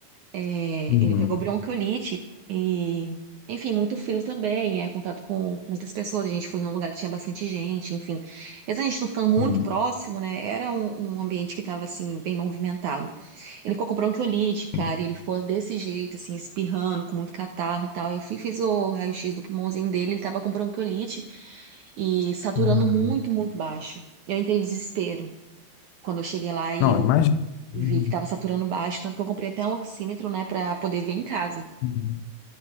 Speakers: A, on the right; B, on the left.
A: É,
B: Uhum,
A: ele pegou bronquiolite e, enfim, muito frio também, é, contato com, com muitas pessoas, a gente foi em um lugar que tinha bastante gente, enfim. Mesmo a gente não ficando muito
B: uhum,
A: próximo, né, era um, um ambiente que estava, assim, bem movimentado. Ele ficou com bronquiolite, cara,
B: uhum.
A: e ele ficou desse jeito, assim, espirrando, com muito catarro e tal. Eu fui e fiz o raio-x do pulmãozinho dele, ele tava com bronquiolite e saturando
B: Ah,
A: muito, muito baixo. Eu entrei em desespero. Quando eu cheguei lá e
B: não,
A: eu
B: imagina.
A: e
B: Uhum,
A: vi que estava saturando baixo, tanto que eu comprei até um oxímetro, né, para poder ver em casa,
B: uhum,